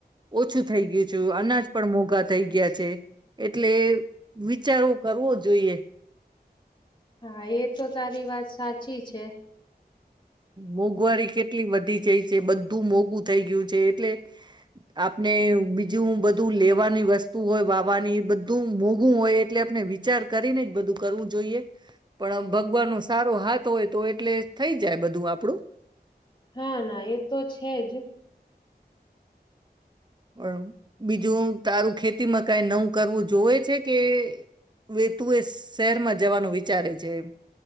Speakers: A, on the right; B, on the left.
A: ઓછું થઈ ગયું છેું અનાજ પણ મોઘા થઈ ગયા છે એટલે વિચારો કરવો જોઈએ
B: હા એ તો તારી વાત સાચી છે
A: મોંઘવારી કેટલી બધી જઈ. જે બધું મોઘું થઈ ગયું છે એટલે આપને બીજું બધું લેવાની વસ્તુ હોય વાવાની બધું મોઘું હોય એટલે આપને વિચાર કરીને જ બધું કરવું જોઈએ? પણ ભગવાન નો સારો હાથ હોય <inaudible> <unintelligible> તો એટલે થઈ જ. ત્યાં બધું આપડું?
B: હા ના એ તો છે જ.
A: ળ બીજું. તારું ખેતી મ કઈ નવું કરવું જોવે છે કે. વે તુએ શહેરમાં જવાનું વિચારે છે.